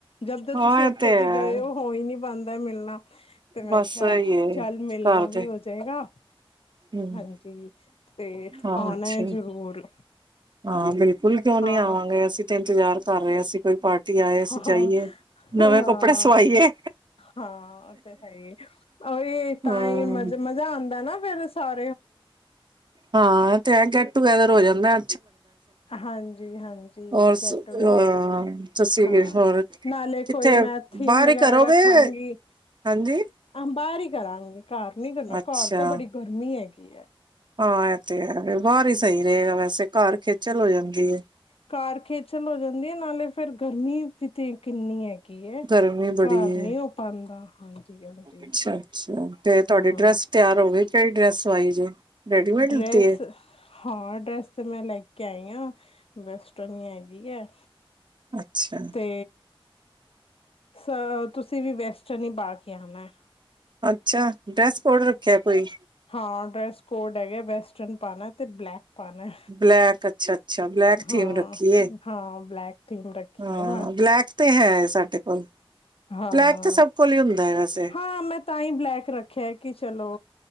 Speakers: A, on the left; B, on the right.
A: ਜਦ ਦੇ
B: ਹਾਂ
A: ਤੁਸੀਂ ਇੱਥੋਂ
B: ਇਹ ਤੇ ਹੈ
A: ਦੀ ਗਏ ਹੋ ਹੋਈ ਨੀ ਬਣਦਾ ਮਿਲਣਾ ਤੇ
B: ਬਸ
A: ਮੈਂ ਕਿਹਾ
B: ਇਹੀ ਏ
A: ਚੱਲ ਮਿਲਣਾ
B: ਘਰ ਦੇ
A: ਵੀ ਹੋ ਜਾਏਗਾ
B: ਹੂੰ
A: ਹਾਂਜੀ ਤੇ
B: ਹਾਂ
A: ਆਣਾ
B: ਅੱਛਾ
A: ਏ ਜ਼ਰੂਰ
B: ਹਾਂ ਬਿਲਕੁੱਲ ਕਿਉਂ ਨੀ
A: ਹਾਂ
B: ਆਵਾਂਗੇ ਅਸੀਂ ਤੇ ਇੰਤਜ਼ਾਰ ਕਰ ਰਹੇ ਅਸੀਂ ਕੋਈ ਪਾਰਟੀ ਆਏ ਅਸੀਂ
A: ਹਾਂ
B: ਜਾਈਏ ਨਵੇਂ
A: ਹਾਂ
B: ਕੱਪੜੇ ਸਵਾਈਏ
A: ਹਾਂ ਉਹ ਤੇ ਹੈ ਹੀ ਉਹੀ ਤਾਂ
B: ਹਾਂ।
A: ਹੀ ਮਜ਼ ਮਜ਼ਾ ਆਉਂਦਾ ਨਾ ਫੇਰ ਸਾ
B: ਹਾਂ ਤੇਂ ਐ ਗੈਟ ਟੂਗੈਦਰ ਹੋ ਜਾਂਦੈ
A: ਹਾਂਜੀ-ਹਾਂਜੀ
B: ਔਰ ਅ
A: ਗੈਟ ਟੂਗੈਦਰ
B: ਤੁਸੀਂ
A: ਹਾਂ
B: ਹੋਰ
A: ਨਾਲੇ
B: ਕਿੱਥੇ
A: ਕੋਈ ਮੈਂ ਥੀਮ
B: ਬਾਹਰ
A: ਵਗੈਰਾ
B: ਹੀ ਕਰੋਗੇ
A: ਰੱਖਾਂਗੀ
B: ਹਾਂਜੀ
A: ਬਾਰ ਹੀ ਕਰਾਂਗੇ। ਘਰ ਨੀ ਕਰਨਾ
B: ਅੱਛਾ
A: ਘਰ ਤੇ ਬੜੀ ਗਰਮੀ ਏ <unintelligible>
B: ਹਾਂ ਤੇ ਬਾਹਰ ਹੀ ਸਹੀ ਰਹੇਗਾ ਵੈਸੇ ਘਰ ਖੇਚਲ ਹੋ ਜਾਂਦੀ ਏ
A: ਕਾਰ ਖੇਚਲ ਹੋ ਜਾਂਦੀ ਏ ਨਾਲੇ ਫਿਰ ਗਰਮੀ ਵੀ ਤੇ ਕਿੰਨੀ ਏ ਕੀਵਏ
B: ਗਰਮੀ ਬੜੀ
A: ਘਰ
B: ਏ
A: ਨੀ ਹੋ ਪਾਂਦਾ ਹਾਂਜੀ-ਹਾਂਜੀ
B: ਅੱਛਾ-ਅੱਛਾ ਤੇ ਤੁਹਾਡੀ
A: ਹਾਂ।
B: ਡਰੈਸ ਤਿਆਰ ਹੋ ਗਈ ਕਿਹੜੀ ਡਰੈਸ ਸਵਾਈ ਜੇ ਰੈਡੀਮੇਡ
A: ਡਰੈਸ
B: ਲਿੱਤੀ ਏ
A: ਹਾਂ ਡਰੈਸ ਤੇ ਮੈਂ ਲੈ ਕੇ ਆਈ ਹਾਂ ਵੈਸਟਰਨ ਹੈਗੀ ਹੈ
B: ਅੱਛਾ-ਅੱਛਾ
A: ਤੇ ਅ ਤੁਸੀਂ ਵੀ ਬੈਸਟ ਸ਼ਨੀ ਪਾ ਕੇ ਆਉਣਾ ਹੈ
B: ਅੱਛਾ ਡਰੈਸ ਕੋਡ ਰੱਖਿਆ ਕੋਈ
A: ਹਾਂ ਡੈਸ ਕੋਡ ਹੈਗਾ ਵੈਸਟਰਨ ਪਾਉਣਾ ਤੇ ਬਲੈਕ ਆਪ
B: ਬਲੈਕ ਅੱਛਾ-ਅੱਛਾ ਬਲੈਕ ਥੀਮ
A: ਹਾਂ
B: ਰੱਖੀ ਏ
A: ਹਾਂ ਬਲੈਕ ਥੀਮ ਰੱਖੀ
B: ਹਾਂ
A: ਹੈ ਮੈਂ
B: ਬਲੈਕ ਤੇ ਹੈ ਸਾਡੇ ਕੋਲ
A: ਹਾਂ
B: ਬਲੈਕ ਤੇ ਸਭ ਕੋਲ ਹੀ ਹੁੰਦਾ ਹੈ ਵੈਸੇ
A: ਹਾਂ ਮੈਂ ਤਾਂ ਹੀ ਬਲੈਕ ਰੱਖਿਆ ਕਿ ਚਲੋ